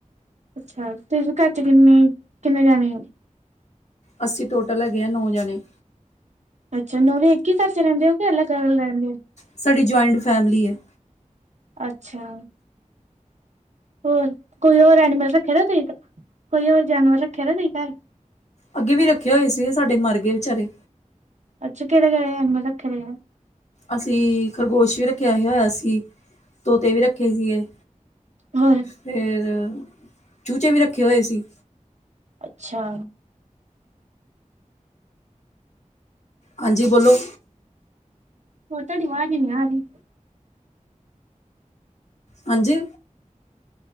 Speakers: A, on the right (about 60°); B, on the left (about 60°).
A: ਅੱਛਾ ਤੁਸੀ ਘਰ ਚ ਕਿੰਨੇ ਕਿੰਨੇ ਜਾਣੇ ਹੋ।
B: ਅਸੀ ਟੋਟਲ ਹੈਗੇ ਹਾਂ ਨੌਂ ਜਾਣੇ।
A: ਅੱਛਾ ਨੋਵੇਂ ਇੱਕ ਹੀ ਘਰ ਚ ਰਹਿੰਦੇ ਹੋ ਕਿ ਅਲੱਗ ਅਲਗ ਰਹਿੰਦੇ ਹੋ।
B: ਸਾਡੀ ਜੁਆਇੰਟ ਫੈਮਿਲੀ ਹੈ।
A: ਅੱਛਾ। ਹੋਰ ਕੋਈ ਹੋਰ ਐਨੀਮਲ ਰੱਖਿਆ ਨਾ ਤੁਸੀਂ ਕੋਈ ਹੋਰ ਜਾਨਵਰ ਰੱਖਿਆ ਨਾ ਤੁਸੀਂ ਘਰ।
B: ਅੱਗੇ ਵੀ ਰੱਖੇ ਹੋਏ ਸੀ ਸਾਡੇ ਮਰ ਗਏ ਵਿਚਾਰੇ
A: ਅੱਛਾ ਕਿਹੜੇ ਕਿਹੜੇ ਐਨੀਮਲ ਰੱਖੇ ਆ।
B: ਅਸੀਂ ਖਰਗੋਸ਼ ਵੀ ਰੱਖਿਆ ਹੀ ਹੋਇਆ ਸੀ। ਤੋਤੇ ਵੀ ਰੱਖੇ ਸੀਗੇ
A: ਹੋਰ
B: ਫੇਰ ਚੂਚੇ ਵੀ ਰੱਖੇ ਹੋਏ ਸੀ।
A: ਅੱਛਾ।
B: ਹਾਂਜੀ ਬੋਲੋ।
A: ਹੋਰ ਤੁਹਾਡੀ ਅਵਾਜ ਨਹੀ ਆ ਰਹੀ।
B: ਹਾਂਜੀ।